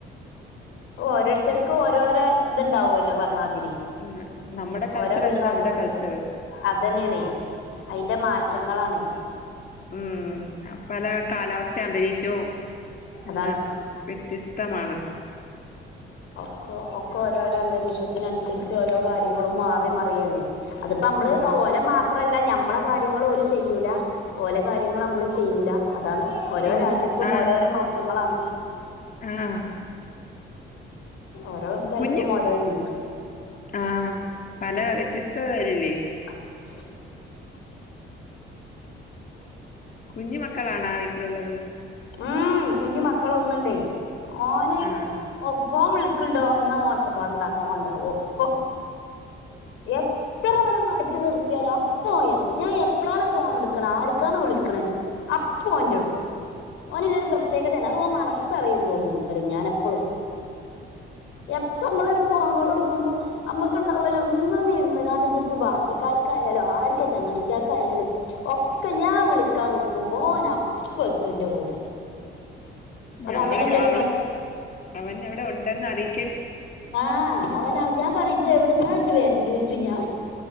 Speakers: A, on the left; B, on the left.
A: ഓരോരുത്തർക്കും ഓരോരോ ഇത്ണ്ടാവുമല്ലോ പറഞ്ഞാ
B: ഉം നമ്മുടെ കൾച്ചർ
A: ഓരോ
B: അല്ലല്ലോ
A: വിഭാഗക്ക
B: അവരുടെ കൾച്ചർ
A: അത് തന്നെയണ അതിന്റെ മാറ്റങ്ങളാണെ
B: ഉം അ പല കാലാവസ്ഥ അന്തരീക്ഷവും അല്ല
A: അതാണ്
B: വ്യത്യസ്തമാണ്
A: ഒക്ക ഒക്കെ ഓരോരോ അന്തവിശ്വാ വിശ്വത്തിനനുസരിച്ച് ഓരോ കാര്യങ്ങളും മാറി മറിയല്ലേ അതിപ്പോ നമ്മള്
B: ഉം
A: ഓലെ മാത്രല്ല നമ്മളെ കാര്യങ്ങൾ ഓല ചെയ്യൂല ഓലെ കാര്യങ്ങും നമ്മള് ചെയ്യൂല അതാണ് ഓരോ
B: ഉം
A: രാജ്യത്തും
B: ആഹ്
A: ഓരോരോ മാറ്റങ്ങളാണ്
B: ആഹ്
A: ഓരോ സ്ഥലത്തും
B: കുഞ്ഞു
A: ഓരോ രീതി
B: ആഹ് പല വ്യത്യസ്തതല്ലല്ലേ
A: <inaudible>
B: കുഞ്ഞു മക്കളാണാ വീട്ടിലുള്ളത്
A: ഉം കുഞ്ഞു മക്കള ഒന്നുണ്ടേ ഓനെ-
B: ആഹ്
A: ഫോൺ വിളിക്കണ്ടോ എന്നാ ഓച്ചപ്പാടണ്ടാക്കാ വണ്ട ഒപ്പ എത്ര വരെ മാ റ്റി നിർത്തിയാലോ അപ്പൊ ഓൻ എത്തും ഞാൻ എപ്പളാണ് ഫോണ് എടുക്ക്ണ് ആർക്കാണ് വിളിക്ക്ണ് അപ്പൊ ഓൻന്റടുത്തെത്തും ഓന്ല്ലൊരു പ്രത്യേകതയാണ് അത് ഓൻ മണത്ത് പറയും തോന്നുന്നുണ്ട് പറിം ഞാനെപ്പളും എപ്പ നമ്മളൊരു ഫോൺ കോൾ എടു ക്കുമ്പോ നമ്മക്കുണ്ടാവല്ലോ ഒന്ന് ഇന്ന് ഇര്ന്ന്ക്കാണ്ട് ഇഞ്ഞി ഇപ്പോ ബാക്കിക്കാർക്കായാലും ആര്ക്ക് ചങ്ങായ്ച്ചിയാൾക്കായാലും ഒക്കെ ഞാൻ വിളിക്കാൻ നിക്കുമ്പോ ഓൻ അപ്പത്തുംന്റെ കൂടെ. അത്
B: ഞമ്മളിവിടെ
A: അവനില്ലൊരു
B: അവള്
A: പ്രത്യേക
B: അവൻ ഇവിടെ ഉണ്ടെന്ന് അറിയി
A: ആഹ അവനവ് ഞാൻ പറിം ജ്ജെവ്ട്ന്നാജ്ജ് വര്ല്ലോച്ചു ഞാ